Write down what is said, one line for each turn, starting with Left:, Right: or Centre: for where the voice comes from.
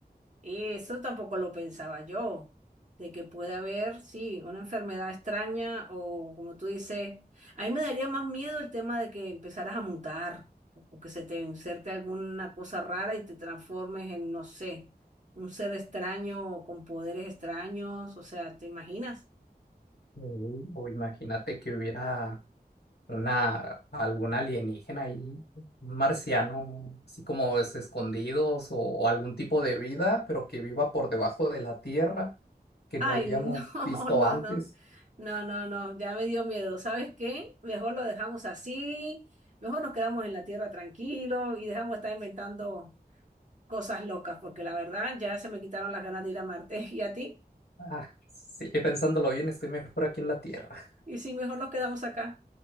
Right: eso tampoco lo pensaba yo, de que puede haber, sí, una enfermedad extraña o como tú dices, a mí me daría más miedo el tema de que empezaras a mutar o o que se te inserte alguna cosa rara y te transformes en, no sé, un ser extraño o con poderes extraños, o sea, ¿te imaginas?
Left: Mm. o imagínate que hubiera una, algún alienígena ahí, un marciano, así como es escondidos o, o algún tipo de vida, pero que viva por debajo de la tierra, que no
Right: Ay,
Left: hayamos
Right: no, <laughs>
Left: visto
Right: no,
Left: antes.
Right: no, no, no, no, ya me dio miedo. ¿Sabes qué? Mejor lo dejamos así, mejor nos quedamos en la tierra tranquilo y dejamos de estar inventando cosas locas, porque la verdad ya se me quitaron las ganas de ir a Marte. <laughs> ¿Y a ti?
Left: Ah, sí, pensándolo bien, estoy mejor aquí en la tierra.
Right: Y sí, mejor nos quedamos acá.